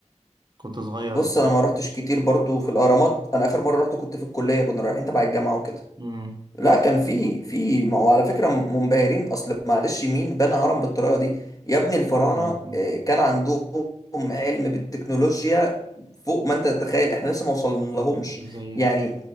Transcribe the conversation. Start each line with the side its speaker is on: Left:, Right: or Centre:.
Right: كنت صغير
Left: بص
Right: ساعتها
Left: انا ما روحتش كتير برضو في الاهرامات انا اخر مره رحت كنت في الكليه كنا رايحين تبع الجامعه وكده
Right: امم
Left: لا كان في في ما هو على فكره منبهرين اصل معلش مين بنى هرم بالطريقه دي يا ابني الفراعنه
Right: مش
Left: آه، كان عندهم علم بالتكنولوجيا فوق ما انت تتخيل احنا لسه ما وصلنا لهمش
Right: زي
Left: يعني